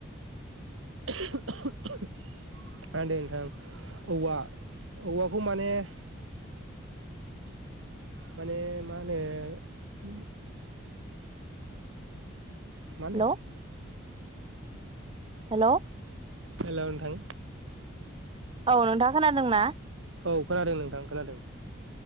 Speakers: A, on the right; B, on the right.
A: <inaudible> नोंथां औवा औवाखौ माने <inaudible> माने मा होनो
B: हेलौ
A: मा होनदों?
B: हेल'
A: हेल नोंथां
B: औ नोंथाङा खोनादोंना
A: औ खोनादों नोंथां खोनादों